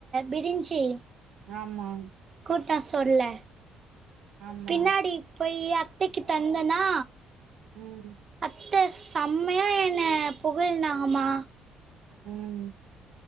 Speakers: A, on the right; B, on the right.
A: பிரிஞ்சி
B: ஆமா
A: கூட்டா சொல்ல
B: ஆமா
A: பின்னாடி போயி அத்தைக்கு தந்தனா
B: ம்
A: அத்த செம்மையா என்னய புகழ்தாங்கமா
B: ம்